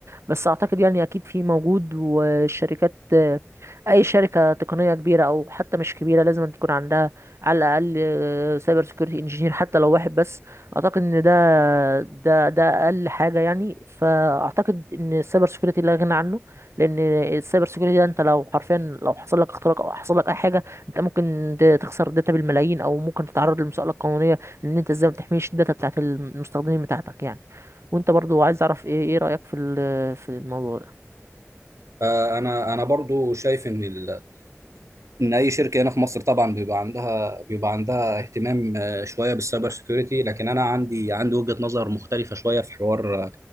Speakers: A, on the right; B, on the right.
A: بس اعتقد يعني اكيد في موجود والشركات آه، اي شركه تقنيه كبيره او حتى مش كبيره لازم أن تكون عندها على الاقل سايبر سيكيورتي انجينير حتى لو واحد بس اعتقد ان ده ده ده اقل حاجه يعني فاعتقد ان السايبر سيكيورتي لا غنى عنه لان السايبر سيكيورتي ده انت لو حرفيا لو حصل لك اختراق او حصل لك اي حاجه انت ممكن ت- تخسر داتا بالملايين او ممكن تتعرض لمساءله قانونيه لان انت ازاي ما بتحميش الداتا بتاعت المستخدمين بتاعتك يعني وانت برضو عايز اعرف ايه ايه رايك في في الموضوع ده
B: آه، انا انا برضو شايف ان ال- ان اي شركه هنا في مصر طبعا بيبقى عندها بيبقى عندها اهتمام آه، شويه بالسايبر سيكيورتي لكن انا عندي عندي وجهه نظر مختلفه شويه في حوار آه،